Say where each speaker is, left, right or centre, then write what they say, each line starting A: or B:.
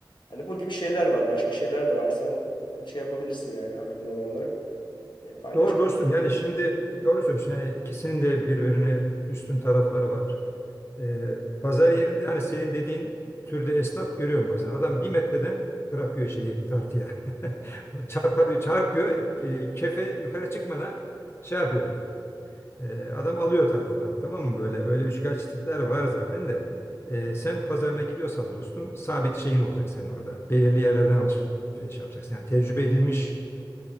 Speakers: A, on the left; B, on the left.
A: Hani bu gibi şeyler var. Başka şeyler de var. Sen e, şey yapabilirsin yani aklında olanları e, paylaş.
B: Doğru dostum yani şimdi doğru söylüyorsun. Yani ikisinin de birbirine üstün tarafları var. Ee, pazar yerinde hani senin dediğin türde esnaf görüyorum bazen. Adam bir metreden bırakıyor şeyi tartıya. <laughs> Çarpar, çarpıyor. e, kefe yukarı çıkmadan şey yapıyor. Ee, adam alıyor tartıdan tamam mı? Böyle öyle üçkağıtçı tipler var zaten de. Ee, sen pazarına gidiyorsan dostum sabit şeyin olacak senin orada. Belirli yerlerden alışveriş yapacaksın. Yani tecrübe edilmiş